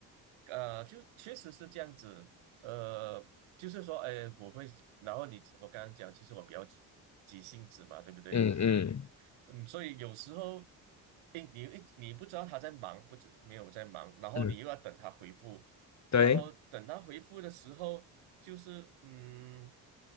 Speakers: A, on the right; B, on the left.
A: 呃，就确实是这样子，呃，就是说，哎，我会，然后你我刚刚讲，其实我比较急急性子嘛，对不对？
B: 嗯嗯
A: 嗯，所以有时候，诶，你诶，你不知道他在忙，不知没有在忙，然后你又要等他回复，
B: 嗯，对，
A: 然后等他回复的时候，就是嗯，